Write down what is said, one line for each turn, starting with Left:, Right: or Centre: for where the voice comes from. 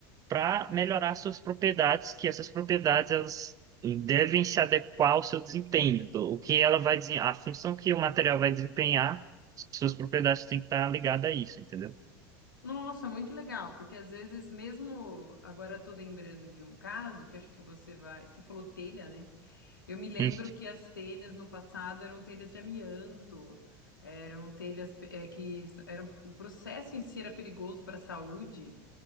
Right: para melhorar suas propriedades, que essas propriedades elas devem se adequar ao seu desempenho. Então, O que ela vai desen- a função que o material vai desempenhar, suas propriedades têm que estar ligadas a isso, entendeu?
Left: nossa, muito legal, porque às vezes mesmo agora eu tô lembrando de um caso que acho que você vai, você falou telha, né? Eu me lembro
Right: Sim,
Left: que as telhas no passado eram telhas de amianto, eram telhas eh, que s- eram, o processo em si era perigoso para a saúde,